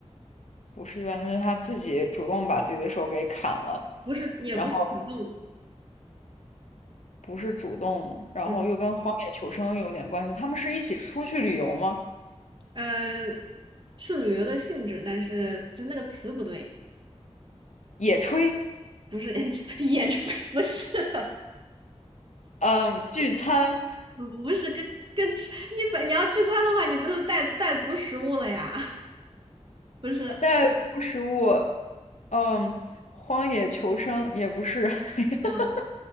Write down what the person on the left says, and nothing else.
不是意外，那是他自己主动把自己的手给砍了，
然后不是主动，然后又跟荒野求生有点关系。
他们是一起出去旅游吗？
野炊，
嗯，聚餐，
带足食物，嗯，荒野求生也不是。<laughs>